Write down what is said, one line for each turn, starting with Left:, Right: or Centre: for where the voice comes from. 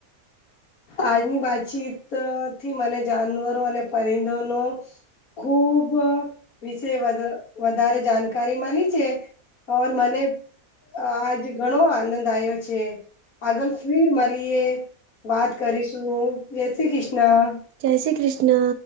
Left: આજની વાતચીત થી મને જાનવરો અને પરિંદોનો ખુબ વિશે વધ વધારે જાનકારી મલી છે. ઓર મને અ આજ ઘણો આનંદ આયો છે આગળ ફીર મલીએ વાત કરીશું, જે શ્રી ક્રિષ્ના.
Right: જય શ્રી ક્રિષ્ણ.